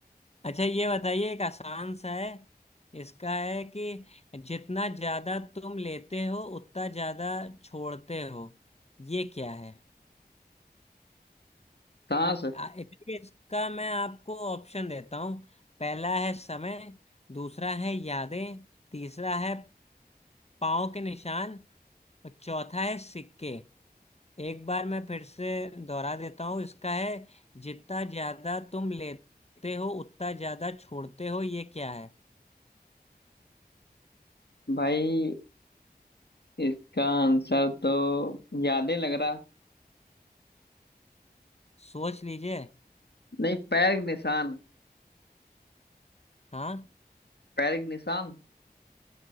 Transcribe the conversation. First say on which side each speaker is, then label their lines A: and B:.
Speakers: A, on the left; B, on the left.
A: अच्छा ये बताइए एक आसान सा है इसका है कि जितना ज्यादा तुम लेते हो उतना ज्यादा छोड़ते हो ये क्या है
B: सांस
A: आ- इसलिए इसका मैं आपको ऑप्शन देता हूँ पहला है समय दूसरा है यादें तीसरा है पाँव के निशान और चौथा है सिक्के एक बार मैं फिर से दोहरा देता हूँ इसका है जितना ज्यादा तुम लेते हो उतना ज्यादा छोड़ते हो ये क्या है
B: भाई इसका आंसर तो याद नहीं लग रहा
A: सोच लीजिए
B: नहीं पैर के निशान
A: हाँ
B: पैर के निशान